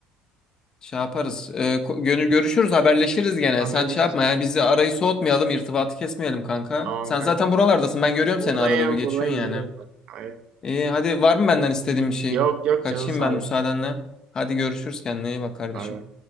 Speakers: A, on the left (about 35°); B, on the right (about 55°).
A: Şey yaparız. Ee, ko- gönül görüşürüz, haberleşiriz gene.
B: Haberleşiriz
A: Sen şey yapma
B: kanka.
A: ya. Bizi arayı soğutmayalım, irtibatı kesmeyelim kanka.
B: Tamam
A: Sen
B: kanka.
A: zaten buralardasın. Ben görüyorum
B: Buradayım
A: seni arada bir geçiyorsun
B: buradayım
A: yani.
B: buradayım kanka. Aynen.
A: İyi hadi var mı benden istediğin bir şey?
B: Yok yok
A: Kaçayım
B: canın sağ
A: ben
B: ol.
A: müsaadenle. Hadi görüşürüz kendine iyi bak kardeşim.
B: Bay bay.